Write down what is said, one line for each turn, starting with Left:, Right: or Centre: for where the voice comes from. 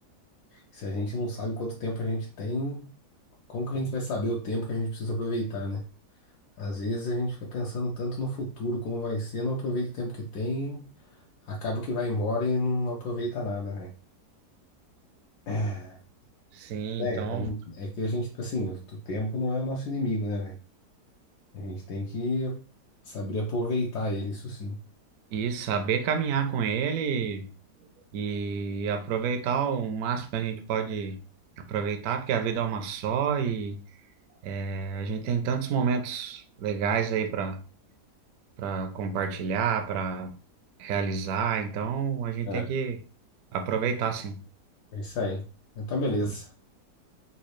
Left: Se a gente não sabe quanto tempo a gente tem, como que a gente vai saber o tempo que a gente precisa aproveitar, né? Às vezes a gente fica pensando tanto no futuro, como vai ser, não aproveita o tempo que tem Acaba que vai embora e não aproveita nada, velho. É,
Right: Sim,
Left: velho,
Right: então,
Left: é que a gente, tipo assim, o tempo não é o nosso inimigo, né, velho? A gente tem que saber aproveitar ele, isso sim.
Right: e saber caminhar com ele e aproveitar o máximo que a gente pode aproveitar, porque a vida é uma só e é, a gente tem tantos momentos legais aí para para compartilhar, para realizar. Então a gente
Left: É,
Right: tem que aproveitar, sim.
Left: é isso aí. Então, beleza.